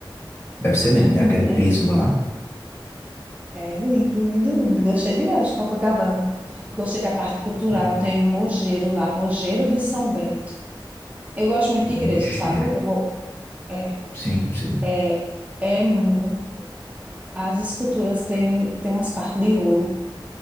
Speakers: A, on the left; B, on the right.
A: Deve ser lindo,
B: Ai,
A: tem
B: menina,
A: aquele piso
B: é lindo.
A: lá.
B: É lindo, lindo, lindo. Gostei demais de Copacabana. Gostei da parte cultural,
A: <laughs>
B: tem o Mogeiro lá, Mogeiro de São Bento. Eu gosto muito de igreja,
A: Nojeiro.
B: sabe? Eu vou. É,
A: Sim, sim.
B: é, é muito. As esculturas têm, têm umas partes de ouro.